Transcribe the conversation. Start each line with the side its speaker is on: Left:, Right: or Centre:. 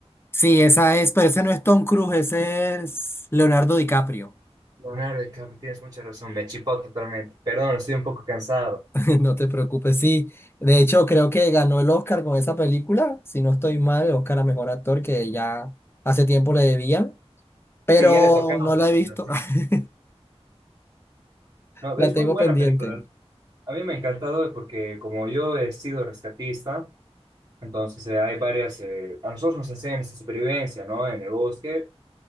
Left: Sí, esa es, pero ese no es Tom Cruise, ese es Leonardo DiCaprio.
Right: Leonardo DiCaprio, tienes mucha razón, me chipó totalmente. Perdón, estoy un poco cansado.
Left: <laughs> No te preocupes, sí. De hecho, creo que ganó el Oscar con esa película. Si no estoy mal, el Oscar a mejor actor que ya hace tiempo le debían, pero
Right: Sí, ya le tocaba.
Left: no la he
Right: <laughs>
Left: visto. <laughs>
Right: No,
Left: La
Right: es
Left: tengo
Right: muy buena
Left: pendiente.
Right: película. A mí me ha encantado porque como yo he sido rescatista, entonces eh, hay varias, eh, a nosotros nos enseñan esa supervivencia, ¿no? En el bosque.